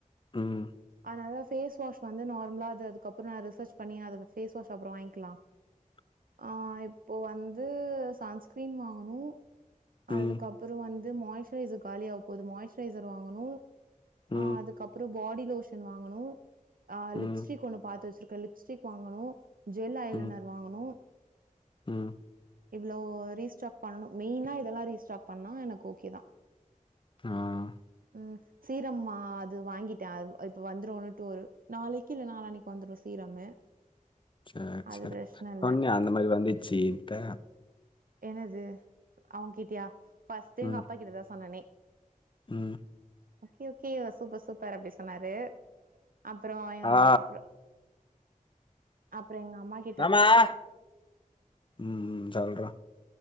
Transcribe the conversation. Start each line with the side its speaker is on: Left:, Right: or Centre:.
Left: ம்
Right: அதனால பேஸ் வாஷ் வந்து நார்மலா அது அதுக்கப்புறோ நா ரிசர்ச் பண்ணி அத பேஸ் வாஷ் அப்றோ வாங்கிக்லா
Left: <inaudible>
Right: ஆ இப்போ வந்து சன்ஸ்கிரீன் வாங்கணு
Left: ம்
Right: அதுக்கப் அப்புறோ வந்து மாய்சுரைசர் காலியாக போது மாய்சரைசர் வாங்கணு ஆ
Left: ம்
Right: அதுக் கப்புறோ பாடி லோஷன் வாங்கணு ஆ லிப்ஸ்டிக்
Left: ம்
Right: ஒண்ணு பாத்து வச்சிருக்க லிப்ஸ்டிக் வாங்கணு ஜெல் ஐ
Left: ம்
Right: லைனர் வாங்கணு
Left: ம்
Right: இவ்ளோ ரீஸ்டாக் பண்ணனு மெய்னா இதெல்லா ரீஸ்டார்க் பண்ணா எனக்கு ஓகே தா
Left: ம்
Right: ம் சீரம்மா அது வாங்கிட்ட இப்ப வந்துருன்ட்டு ஒரு நாளைக்கி இல்ல நாலானிக்கி வந்துடு சீரமு
Left: சேர்
Right: அது
Left: சேர்
Right: பிரச்சன இல்ல
Left: பொன்னியா அந்த மாரி வந்துச்சு <unintelligible>
Right: என்னது அவ கிட்டியா ஃபஸ்ட்டு எங்க
Left: ம்
Right: அப்பா கிட்டதா சொன்னனே
Left: ம்
Right: ஓகே ஓகே சூப்பர் சூப்பர் அப்டி சொன்னாரு அப்றோ அ
Left: ஆ
Right: அப்றோ அப்றோ எங்க அம்மா கிட்
Left: ம் ம் சொல்ற